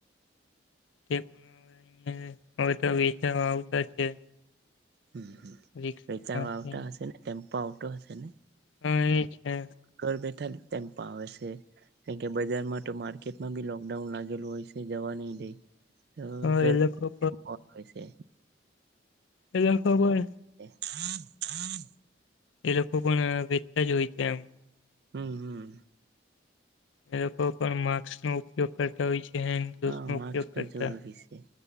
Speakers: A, on the left; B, on the right.
A: તે પણ આ બધા વેચવા આવતા હોય છે.
B: હ
A: રિક્ષામાંથી
B: બચવા આવતા હશે ને ટેમપો આવ તો હશે ને?
A: હા એ છે.
B: ઘેર બેઠા ટેમ્પો આવે છે. કારણ કે બજારમાં તો માર્કેટમાં બી લોકડાઉન લાગેલું હોય છે જવા નહી દે. હ
A: હા
B: ગરમી
A: એ લોકો
B: પણ હોય છે.
A: એને જ ખબર.
B: હમ. હમ.
A: એ લોકો પણ વેચતા જ હોય છે એમ.
B: હમ હમ.
A: એ લોકો પણ માસ્કનોઉપયોગ કરતા હોય છે. હેન્ડ ગ્લોવસ
B: હા
A: નો
B: માસ્ક
A: ઉપયોગ
B: તો
A: કરતાહશે.
B: જરૂરી છે